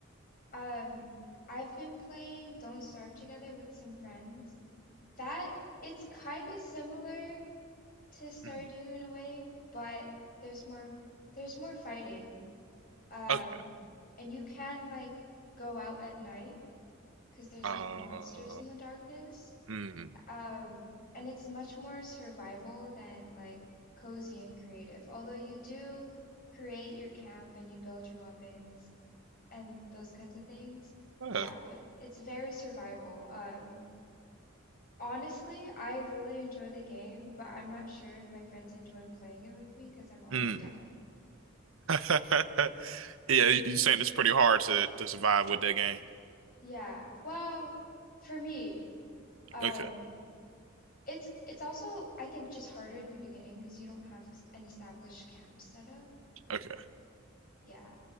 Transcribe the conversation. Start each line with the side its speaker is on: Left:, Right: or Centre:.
Left: Um, I've been playing Don't Starve Together with some friends. That it's kind of similar to Stardew
Right: Mhm.
Left: in a way, but there's more there's more fighting. Um,
Right: Okay.
Left: and you can't like go out at night. because there's
Right: Uh,
Left: like monsters in the darkness.
Right: mm,
Left: Um, and it's much more survival than like cozy and creative. Although you do create your camp and you build your weapons and those kinds of things.
Right: uh,
Left: Yeah, but it's very survival. Um, honestly, I really enjoy the game, but I'm not sure if my friends enjoy playing it with me because I'm always
Right: mm.
Left: dying.
Right: <laughs> Yeah, you, you saying it's pretty hard to to survive with that game?
Left: Yeah. Well, for me, um,
Right: Okay.
Left: It's it's also I think just harder in the beginning because you don't have s- an established camp set up.
Right: Okay.
Left: Yeah,